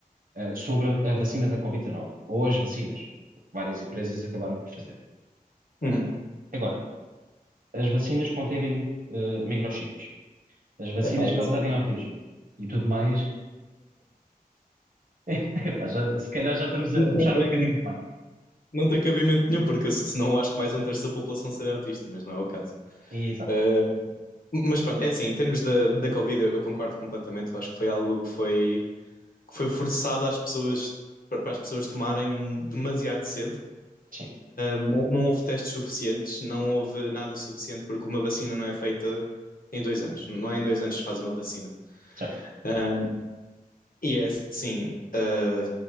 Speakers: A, on the right; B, on the left.
A: eh, sobre a, a vacina da Covid-19, ou as vacinas, várias empresas acabaram por fazer.
B: Uhum.
A: Agora, as vacinas conterem eh, microchips, as vacinas
B: Epá, isso
A: causarem autismo e tudo mais, <laughs> epá, já- se calhar já estamos a, a
B: Não
A: puxar
B: tem,
A: um bocadinho demais.
B: não tem cabimento nenhum, porque se- senão acho que mais um terço da população seria autista, mas não é o caso.
A: Exatamente,
B: Eh, mas pronto, é assim, em termos da, da Covid, eu, eu concordo completamente. Eu acho que foi algo que foi, que foi forçado às pessoas, para as pessoas tomarem demasiado cedo.
A: sim,
B: Não, não houve testes suficientes, não houve nada suficiente, porque uma vacina não é feita em dois anos. Não é em dois anos que se faz uma vacina.
A: certo.
B: Ah, e é assim, ah,